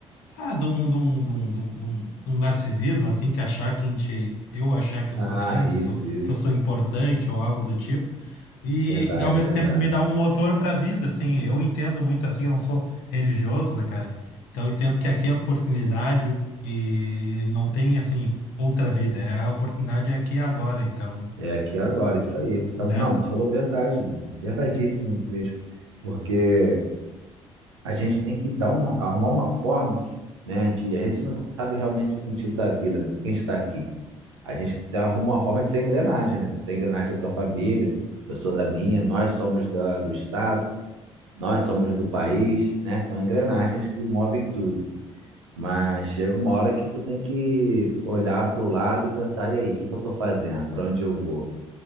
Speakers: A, on the left; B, on the right.
A: ah, de um, de um, de um, de um, de um- de um narcisismo, assim, que achar que a gente, eu achar que eu
B: ah,
A: sou grande,
B: isso,
A: sou-
B: isso.
A: que eu sou importante ou algo do tipo. E,
B: Verdade,
A: e, ao mesmo
B: verdade.
A: tempo me dá um motor para a vida, assim, eu entendo muito assim, eu não sou religioso, né, cara? Então eu entendo que aqui é oportunidade e não tem assim outra vida, é a oportunidade é aqui e agora, então,
B: É aqui agora, isso aí. Você tá-
A: né?
B: Não, tu falou verdade, mano. Verdadíssimo mesmo. Porque a gente tem que dar um, arrumar uma forma, né, de... A gente não sabe realmente o sentido da vida, né? Por que a gente está aqui? A gente tem- arruma uma forma de ser engrenagem, né? Você é engrenagem da tua família, eu sou da minha, nós somos da, do Estado, nós somos do país, né? São engrenagens que movem tudo. Mas chega uma hora que tu tem que olhar para o lado e pensar, e aí, o que que eu tô fazendo? Para onde eu vou?